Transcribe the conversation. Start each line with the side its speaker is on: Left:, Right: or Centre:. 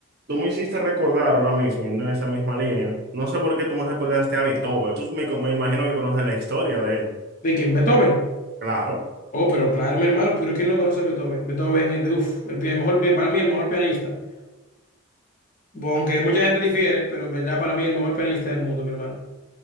Right: tú me hiciste recordar ahora mismo, yendo en esa misma línea, no sé por qué tú me recordaste a Beethoven, tú me, me imagino que conoces la historia de él,
Left: ¿De quién? Beethoven.
Right: claro.
Left: Oh, pero claro, mi hermano, pero ¿quién no conoce a Beethoven? Beethoven es de, uff, el, pi- el mejor, pi- para mí, el mejor pianista. Bo- Aunque mucha gente difiere, pero en verdad para mí el mejor pianista del mundo, mi hermano.